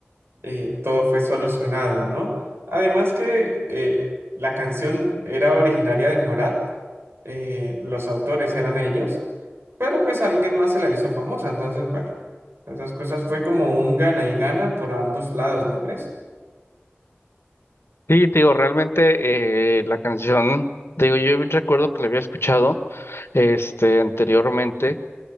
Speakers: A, on the right (about 70°); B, on the left (about 75°).
A: eh, todo fue solucionado, ¿no? Además que eh, la canción era originaria de Morat, eh, los autores eran ellos, pero pues alguien más se la hizo famosa, entonces, bueno, esas cosas fue como un gana y gana por ambos lados, ¿no crees?
B: Sí, te digo, realmente eh, la canción, te digo, yo recuerdo que la había escuchado este anteriormente,